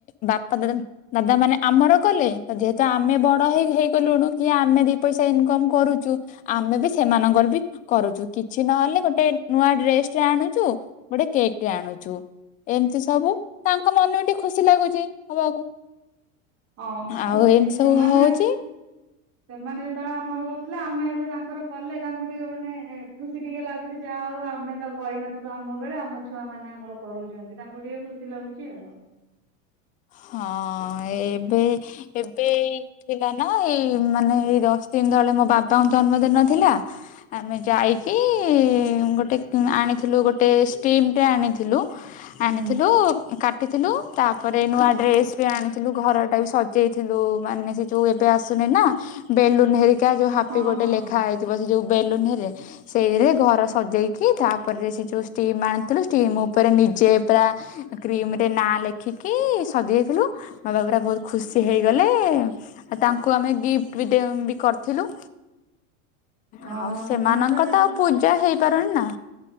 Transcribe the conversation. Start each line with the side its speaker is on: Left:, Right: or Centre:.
Left: ବାପା ଦାଦା ଦାଦା ମାନେ ଆମର କଲେ ତ ଯେହେତୁ ଆମେ ବଡ ହେଇ ହେଇଗଲୁୁଣୁ କି ଆମେ ଦି ପଇସା ଇନକମ କରୁଚୁ ଆମେ ବି ସେମାନଙ୍କର ବି କରୁଚୁ କିଛି ନହେଲେ ଗୋଟେ ନୂଆ ଡ୍ରେସଟେ ଆଣୁଚୁ ଗୋଟେ କେକ୍ଟେ ଆଣୁଚୁ। ଏମିତି ସବୁ ତାଙ୍କ ମାନଂକୁ ଟିକେ ଖୁସି ଲାଗୁଚି ହବାକୁ।
Right: ହଁ ହଁ
Left: ଆଉ ଏମିତି
Right: ସେମାନେ
Left: ସବୁ ହଉଚି।
Right: ସେମାନେ ଯେତେବେଳେ ଆମର କରୁଥିଲେ ଆମେ ଏବେ ତାଙ୍କର କଲେ ତାଙ୍କୁ ଟିକେ ଗୋଟେ ଖୁ୍ସ ଖୁସି ଟିକେ ଲାଗୁଛି ଯାହା ହଉ ଆମେ ତା କରିନଥିଲୁ ଆମ ବେଳେ ଆମ ଛୁଆ ମାନ ଆମ କରୁଛନ୍ତି ତାଙ୍କୁ ଟିକେ ଖୁସି ଖୁସି ଲାଗୁଛି ଆଉ।
Left: ହଁ ଏବେ ଏବେଇ ଥିଲା ନା ଏଇ ମାନେ ଏଇ ର ତିନ ଦିନ ତଳେ ମୋ ବାବାଙ୍କ ଜନ୍ମଦିନ ଥିଲା। ଆମେ ଯାଇକି ଗୋଟେ କି ଆଣିଥିଲୁ ଗୋଟେ ଷ୍ଟିମ୍ଟେ ଆଣିଥିଲୁ
Right: ହୁଁ।
Left: ଆଣିଥିଲୁ କାଟିଥିଲୁ ତା ତା ପରେ ନୂଆ ଡ୍ରେସ୍ ବି ଆଣିଥିଲୁ ଘରଟା ବି ସଜେଇଥିଲୁ ମାନେ ସେ ଯଉ ଏବେ ଆସୁନି ନା ବେଲୁନ ହେରିକା ଯୋଉ ହାପି
Right: ହଁ
Left: ବଡେ
Right: ହଁ
Left: ଲେଖା ହେଇଥିବ ସେ ଯୋଉ ବେଲୁନ ହେରିକା ସେଇରା ଘର ସଜେଇକି ତାପରେ ସେ ଯେଉଁ ଷ୍ଟିମ୍ ଆଣ ଷ୍ଟିମ ଉପରେ ନିଜେ ପୁରା କ୍ରିମରେ ନାଁ ଲେଖ ଖୀକି ସଜେଇଥିଲୁ। ବାବା ପୁରା ବହୁତ ଖୁସି ହେଇଗଲେ ଆଉ ତାଙ୍କୁ ଆମେ ଗିଫ୍ଟ ବି ଦେ କରି ଥିଲୁ
Right: ହଁ
Left: ଆଉ ସେମାନଙ୍କ
Right: ମୁଁ ଟିକେ
Left: ତ ଆଉ ପୂଜା ହେଇପାରୁନି ନା